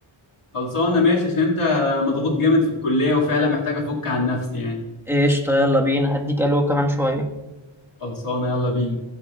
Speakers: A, on the left; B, in the centre.
A: خلصانه ماشي عشان انت انا مضغوط جامد في الكليه وفعلا محتاج افك عن نفسي يعني
B: قشطه يلا بينا هديك الو كمان شويه
A: خلصانه يلا بينا